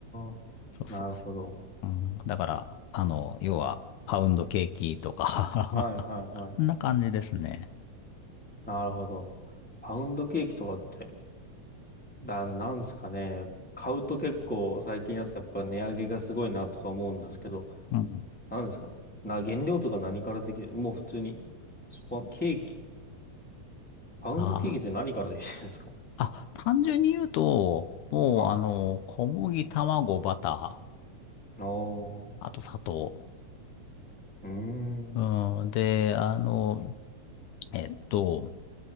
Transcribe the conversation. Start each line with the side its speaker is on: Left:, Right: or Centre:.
Centre: あ、
Left: そうそうそ
Centre: なるほど。
Left: う。うん、だから、あの、要は、パウンドケーキとか
Centre: はいはいはい。
Left: <laughs> そんな感じですね。
Centre: なるほど。パウンドケーキとかって、な、なんですかね。買うと結構最近だとやっぱ値上げがすごいなとか思うんですけど、
Left: うん。
Centre: 何ですかな、原料とか何からできるもう普通に。スパン、ケーキ。パウンドケーキって何からできてるんですか
Left: あーあ、単純に言うと、もう、
Centre: は
Left: あの、小麦、卵、バター、
Centre: い。お
Left: あと砂糖。
Centre: ー。うー
Left: うん、
Centre: ん。
Left: で、あの、えっと、